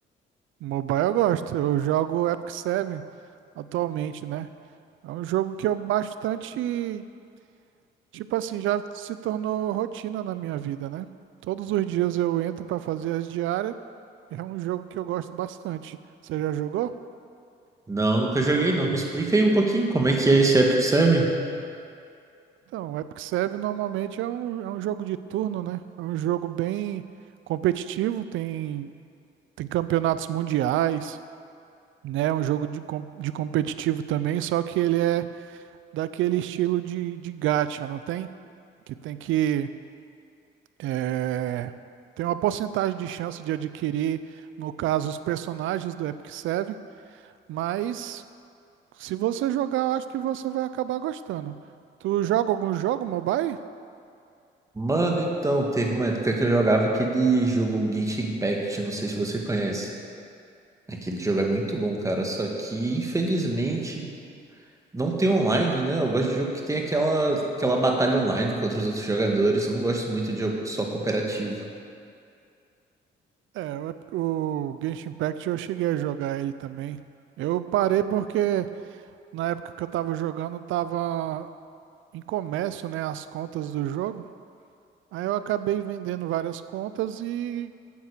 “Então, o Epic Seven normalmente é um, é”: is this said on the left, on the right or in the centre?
Right